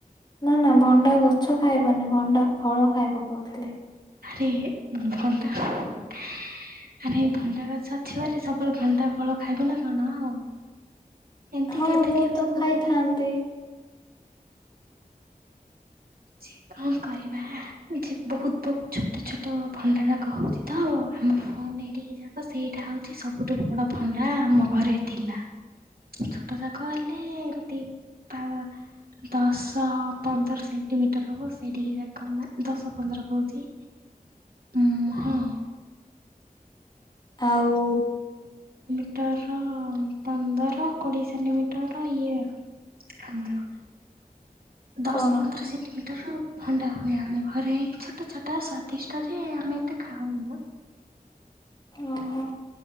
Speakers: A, on the left; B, on the right.
A: ନା ନା ଭଣ୍ଡା ଗଛ ଖାଇବନି ଭଣ୍ଡା ଫଳ ଖାଇବ କହୁଥିଲେ।
B: ଆରେ ଭଣ୍ଡା ଆରେ ଭୋଣ୍ଡା ଗଛ। କିଛି ବଲେ ସବୁବେଳେ ଭଣ୍ଡା ଫଳ ଖାଇବୁ ନା କଣ ଆଉ ଏମତି
A: ହଁ
B: କେବେ
A: ମୁଁ
B: କେବେ
A: ତ
B: ହୁଏ?
A: ଖାଇଥାନ୍ତି
B: ଯେ କଣ କରିବା ଯେ ବହୁତ ବହୁତ ଛୋଟ ଛୋଟ ଭଣ୍ଡାରା କହୁଛି ତ। ଆମ ଫନ ଏଠିକି ଯାକ ସେଇଟା ହଉଛି ସବୁଠୁ ବଡ ଫନଟା ଆମ ଘରେ ଥିଲା। ଛୋଟ ଯାକ ହେଲେ ଏମତି ତା ଦଶ ପନ୍ଦର ସେଣ୍ ମିଟର ହବ ସେଠିକି ଯାକ, ଦଶ ପନ୍ଦର କହୁଛି ହଁ ହଁ।
A: ଆଉ
B: ମିଟର ପନ୍ଦର କୋଡିଏ ସେଣ୍ଟିମିଟର ଇଏ ଆମର ଦଶ
A: କଣ
B: ପନ୍ଦର ସେଣ୍ଟିମିଟର ଭଣ୍ଡା ହୁଏ ଆମ ଘରେ ଛୋଟ ଛୋଟ ସ୍ଵାଦିଷ୍ଟ ରେ ଆମେ ଏତେ ଖାଉନୁ।
A: ଓହୋ।